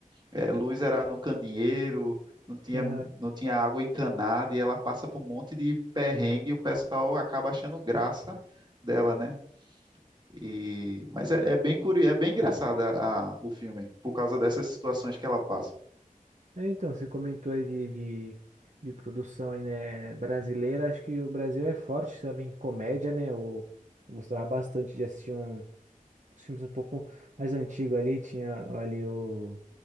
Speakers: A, on the right; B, on the right.
A: eh, luz era no candeeiro, não tinha,
B: <laughs>
A: não tinha água encanada, e ela passa por um monte de perrengue e o pessoal acaba achando graça dela, né? E, mas é, é bem curioso, é bem engraçada a- o filme, por causa dessas situações que ela passa.
B: É, então, você comentou aí de, de, de produção aí, né, brasileira. Acho que o Brasil é forte também em comédia, né? Eu, eu gostava bastante de assistir um os filmes um pouco mais antigos ali, tinha ali o,